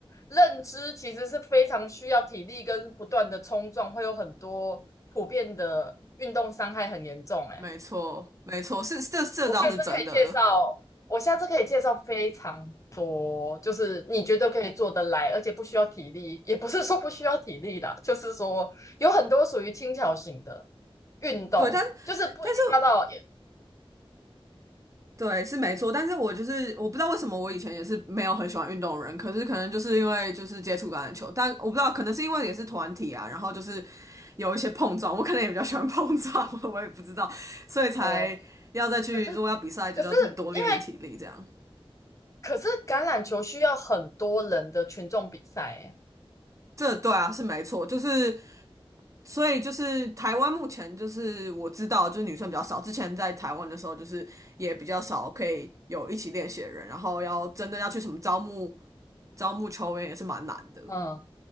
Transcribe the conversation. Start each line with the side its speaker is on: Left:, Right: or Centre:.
Left: 认知其实是非常需要体力跟不断的冲撞，会有很多普遍的运动伤害很严重。哎，
Right: 没错没错，是这这倒是真的，
Left: 我下次可以介绍，我下次可以介绍非常多，就是你觉得可以做得来，而且不需要体力，也不是说不需要体力啦，就是说有很多属于轻巧型的。运动，
Right: 对，但
Left: 就是不一定要到，
Right: 但是对是没错，但是我就是我不知道为什么我以前也是没有很喜欢运动的人，可是可能就是因为就是接触橄榄球，但我不知道可能是因为也是团体啊，然后就是有一些碰撞，我可能也比较喜欢碰撞，<laughs> 我也不知道，所以才要再去，
Left: 哦，可是
Right: 如果要比赛就要去多练一点体力这样。
Left: 可是因为可是橄榄球需要很多人的群众比赛耶，
Right: 这对啊，是没错，就是所以就是台湾目前就是我知道就是女生比较少，之前在台湾的时候就是也比较少可以有一起练习的人，然后要真的要去什么招募招募球员也是蛮难的，
Left: 嗯。